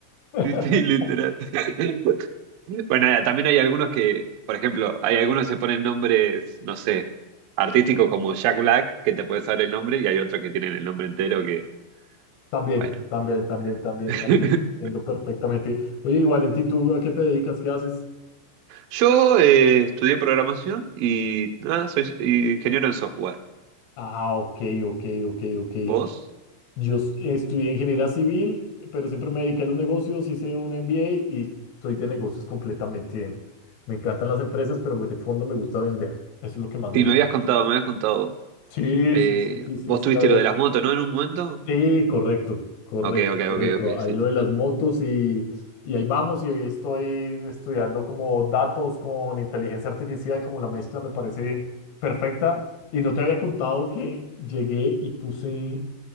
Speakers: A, on the left (about 75°); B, on the right (about 85°).
A: <laughs>
B: Sí, sí, literal. <laughs> Bueno, nada, también hay algunos que, por ejemplo, hay algunos que se ponen nombres, no sé, artísticos como Jack Black, que te puedes saber el nombre, y hay otros que tienen el nombre entero que,
A: También,
B: bueno.
A: también, también, también,
B: <laughs>
A: también. Entiendo perfectamente. Oye, y Valentín, ¿tú a qué te dedicas? ¿Qué haces?
B: Yo eh, estudié programación y nada, soy ingeniero en software.
A: Ah, ok, ok, ok, ok.
B: ¿Vos?
A: Yo s- estudié ingeniería civil, pero siempre me dediqué a los negocios, hice un MBA y soy de negocios completamente. Me encantan las empresas, pero de fondo me gusta vender. Eso es lo que más me
B: Sí,
A: gusta.
B: me habías contado, me habías contado.
A: Sí,
B: Eh,
A: sí, sí, sí,
B: vos
A: sí, sí,
B: tuviste
A: obvio.
B: lo de las motos, ¿no? En un momento.
A: Sí, correcto, correcto,
B: Ok, ok,
A: correcto.
B: ok, ok,
A: Ahí
B: sí.
A: lo de las motos y, y ahí vamos y hoy estoy estudiando como datos con inteligencia artificial, como la mezcla me parece perfecta. Y no te había contado que llegué y puse,